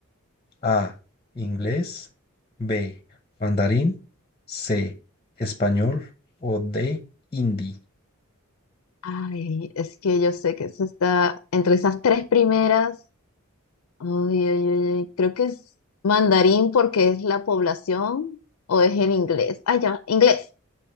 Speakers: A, on the left (about 25°); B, on the left (about 80°).
A: A. Inglés. B. Mandarín. C. Español. O D. Hindi.
B: Ay, es que yo sé que eso está entre esas tres primeras. Ay, ay, ay, ay, Creo que es mandarín porque es la población o es el inglés. Ay, ya, inglés.